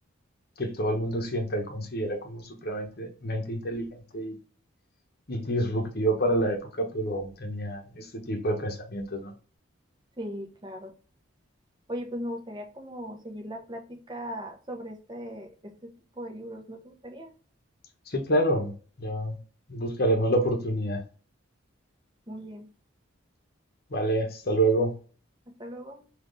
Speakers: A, on the left; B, on the right.
A: que todo el mundo occidental considera como supremamente mente inteligente y, y disruptivo para la época, pero aún tenía este tipo de pensamientos, ¿no?
B: Sí, claro. Oye, pues me gustaría como seguir la plática sobre este, este tipo de libros. ¿No te gustaría?
A: Sí, claro, ya buscaremos la oportunidad.
B: Muy bien.
A: Vale, hasta luego.
B: Hasta luego.